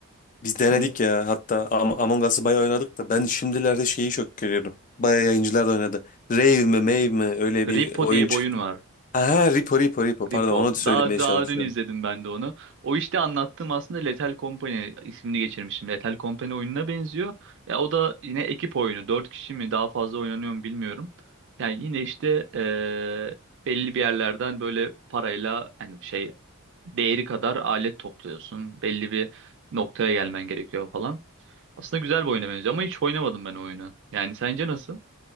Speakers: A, on the left (about 35°); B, on the right (about 55°).
A: Biz denedik
B: Bun
A: ya hatta Am- Among Us'ı bayağı oynadık da ben şimdilerde şeyi çok görüyorum. Bayağı yayıncılar da oynadı. Rave mi Mave mi öyle
B: Repo
A: bir oyun
B: diye
A: çıktı.
B: bir oyun var.
A: Ha, ha, Repo Repo Repo pardon
B: Repo.
A: onu da söylemeye
B: Daha daha
A: çalışıyorum.
B: dün izledim ben de onu. O işte anlattığım aslında Lethal Company ismini geçirmişim. Lethal Company oyununa benziyor. Ya o da yine ekip oyunu. 4 kişi mi daha fazla oynanıyor mu bilmiyorum. Yani yine işte eee, belli bir yerlerden böyle parayla yani şey değeri kadar alet topluyorsun. Belli bir noktaya gelmen gerekiyor falan. Aslında güzel bir oyuna benziyor ama hiç oynamadım ben o oyunu. Yani sence nasıl?